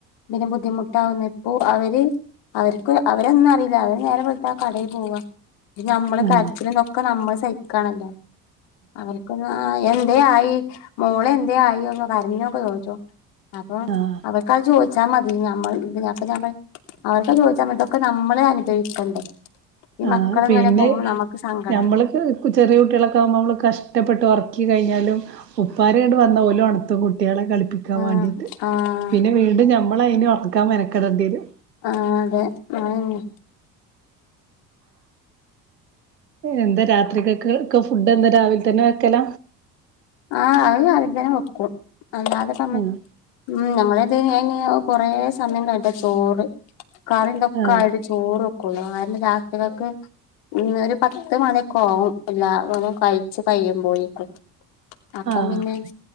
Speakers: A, on the left; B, on the right.
A: പിന്നെ ബുദ്ധിമുട്ടകുന്നപ്പോ അവര് അവർക്ക് അവരൊന്നും അറിയില്ല അവര് നേരം വെളത്താ കടയിൽ പോവാ ഇത് നമ്മള്
B: ആഹ്
A: കരചിലുംത് ഒകെ നമ്മള് സഹിക്കണല്ലോ അവർക്കൊന്നും ആ എന്തേ ആയി മോളെ എന്തായി ഒന്ന് കരഞ്ഞൊക്കെ ചോദിച്ചോ അപ്പൊ
B: ആഹ്
A: അവർക്ക അത് ചോദിച്ചാൽ മതി മ്മൾ ഇപ്പ ഞാൻ അവർക്കത് ചോദിച്ചാൽ മതി ഇതൊക്കെ നമ്മളെ അനുഭവിക്കേണ്ടെ ഈ
B: ആഹ്
A: മക്കളിങ്ങനെ
B: പിന്നെ
A: പോകുമ്പോ നമുക്ക് സങ്കട
B: ഞമ്മള് ചെറിയ കുട്ടികളൊക്കെ ആകുമ്പോ നമ്മൾ കഷ്ടപ്പെട്ട് ഉറക്കി കഴിഞ്ഞാലും ഉപ്പാര് ങ്ങട്ട് വന്ന ഓൽ ഒണ്തും കുട്ടികളെ കളിപ്പിക്കും ക്കാൻ
A: ആഹ്
B: വേണ്ടീട്ട്
A: ആഹ്
B: പിന്നെ വീണ്ടും നമ്മൾ അതിന് ഉറക്കാൻ മെനക്കെടേണ്ടി വരും
A: ആ അതെ അതന്നെ
B: എന്താ രാത്രികക ഫുഡ് എന്താ രാവിലെ തന്നെ വെക്കല
A: ആഹ് അത് രാവിലെ തന്നെ വെക്കും അല്ലാത
B: ആഹ്
A: ഉം ഞങ്ങളെത് കൊറെേ സമയം കഴിട്ട ചോറ് കറിന്തൊക്കെ
B: ആഹ്
A: ആയി ചോറ് ഒക്കെള്ളു അവരുടെ രാത്രികൾക്ക് ഉ ഒരു പത്ത് മണിക്കെ ആവും എല്ലാവരു കഴിച്ചു കഴിയുമ്പോഴക്കും അപ്പം
B: ആഹ്
A: പിന്നെ